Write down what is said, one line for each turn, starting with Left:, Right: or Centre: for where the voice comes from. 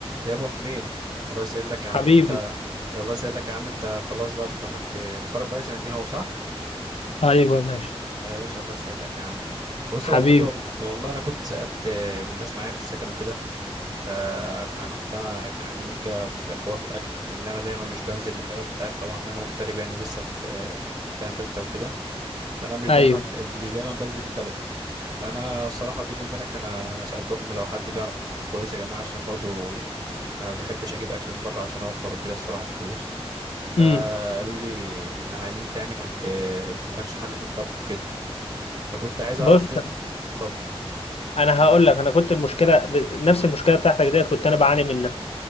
Right: يا ابو حميد الله يسهلك يا
Left: حبيبي
Right: عم انت الله يسهلك يا عم انت خلاص بقى اتخرجت بتخرج بقالك سنتين اهو صح
Left: ايوه ماشي
Right: ايوه يا باشا الله يسهلك يا عم بص
Left: حبيبي
Right: يا ابو حميد وال... والله انا كنت سالت الناس معايا في السكن وكده فكنت انا كان عندي مشكله في حوار الاكل ان انا دايما مش بنزل البلد انت عارف طبعا ان انا مغترب يعني ولسه في في سنه ثالثه وكده فانا مش
Left: ايوه
Right: دايما مش دايما بنزل البلد فانا صراحه بيني وبينك انا سالتهم لو حد بيعرف يطبخ كويس يا جماعه عشان برضو ما بحبش اجيب اكل من بره عشان اوفر وكده الصراحه في فلوس فقالوا
Left: امم
Right: لي ان إن انت يعني كنت مالكش حل في الطبخ وكده فكنت عايز
Left: بص
Right: اعرف من اتفضل
Left: انا هقول لك انا كنت المشكله ب... نفس المشكله بتاعتك ديت كنت انا بعاني منها